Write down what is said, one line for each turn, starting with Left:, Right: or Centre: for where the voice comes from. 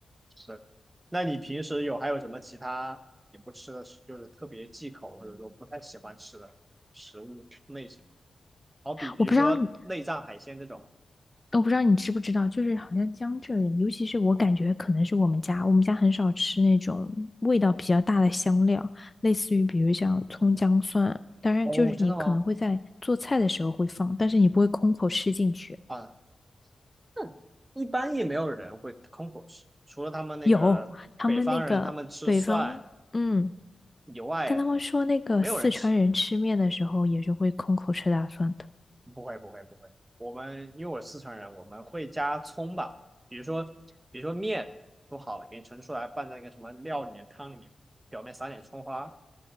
Right: 是，那你平时有还有什么其他你不吃的，就是特别忌口或者说不太喜欢吃的食物类型吗？好比比如说内脏海鲜这种。
Left: 我不知道你我不知道你知不知道，就是好像江浙人，尤其是我感觉可能是我们家，我们家很少吃那种味道比较大的香料，类似于比如像葱姜蒜，当然就是你可能会在做菜的时候会放，
Right: 哦，真的吗？
Left: 但是你不会空口吃进去。
Right: 啊，那一般也没有人会空口吃，除了他们那个北方人，
Left: 有，他们那个北方，
Right: 他们吃蒜
Left: 嗯，
Right: 以外，
Left: 但他们说那个四川人吃面的时候也是会空口吃大蒜的。
Right: 没有人吃不会不会不会，我们因为我是四川人，我们会加葱吧，比如说比如说面煮好了，给你盛出来，拌在那个什么料里面、汤里面，表面撒点葱花，